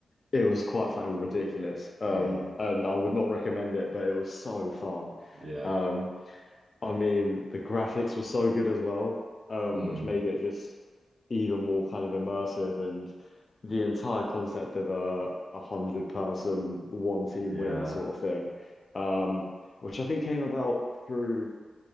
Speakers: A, on the left; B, on the right.
A: it was quite frankly ridiculous. Um,
B: Yeah.
A: and I would not recommend it, but it was so fun.
B: Yeah.
A: Um, I mean, the graphics were so good as well, um,
B: Mm.
A: which made it just even more kind of immersive. And the entire concept of a a hundred person, one team
B: Yeah.
A: win sort of thing, um, which I think came about through